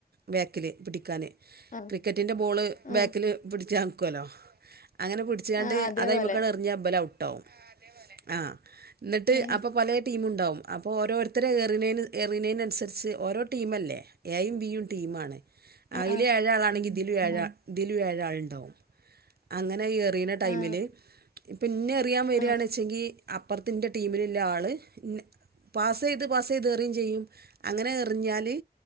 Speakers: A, on the right (about 75°); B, on the left (about 55°).
A: ബേക്കില് പിടിക്കാന്.
B: ആ
A: ക്രിക്കറ്റിന്റെ ബോള്
B: ആ
A: ബാക്കിൽ പിടിചാൻ നിക്കുവല്ലോ അങ്ങനെ പിടി ച്ച് കാണ്ട്
B: ആ അതേപോലെ
A: അതയിമക്ക്‌ ആട് എറിഞ്ഞ ഇബല് ഔട്ടാവും ആഹ് എന്നിട്ട്
B: ഏ
A: അപ്പ പലേ ടീമുണ്ടാവും അപ്പോ ഓരോരുത്തരെ ഏറിനേന് എറിനേന് അനുസരിച്ച് ഓരോ ടീം അല്ലേ? എയും ബിയും ടീമാണ്.
B: ആ
A: അയില്
B: ആ
A: ഏഴ്‌ ആളാണെങ്കി ഇതിലും ഏഴ്
B: ആ
A: ഇതിലും ഏഴ് ആള് ഇണ്ടാവും. അങ്ങനെ എറിയീണ ടൈമില്
B: ആ
A: ഇപ്പ ഇന്നെ എറിയാൻ വര്
B: ആ
A: ആണെച്ചെങ്കി അപ്പർത്ത് ഇൻ്റെ ടീമിലില്ലെ ആള് പാസ് ചെയ്ത് പാസ് ചെയ്ത് എറിയും ചെയ്യും അങ്ങനെ എറിഞ്ഞാല്